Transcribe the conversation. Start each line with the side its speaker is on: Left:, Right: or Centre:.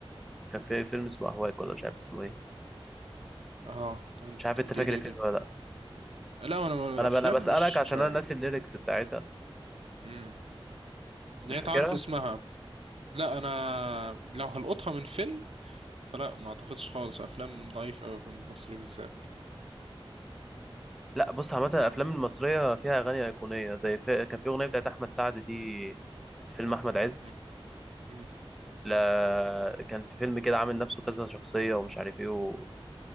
Centre: كان في فيلم اسمه اهواك ولا مش عارف اسمه ايه
Right: اه كانت
Centre: مش عارف
Right: كانت
Centre: انت
Right: بتقولي
Centre: فاكر الفيلم
Right: دي
Centre: ولا لا
Right: لا انا
Centre: انا
Right: افلام
Centre: انا بسالك
Right: مش
Centre: عشان
Right: مش عارف.
Centre: انا ناسي الليركس بتاعتها
Right: مم. يعني
Centre: مش
Right: انت
Centre: فاكرها
Right: عارف اسمها لا انا لو هلقطها من فيلم فلا ما اعتقدش خالص افلام ضعيف قوي في المصري بالذات
Centre: لا بص عامه الافلام المصريه فيها اغاني ايقونيه زي في... كان في اغنيه بتاعت احمد سعد دي في فيلم احمد عز
Right: مم. مم.
Centre: لا كان في فيلم كده عامل نفسه كذا شخصيه ومش عارف ايه و...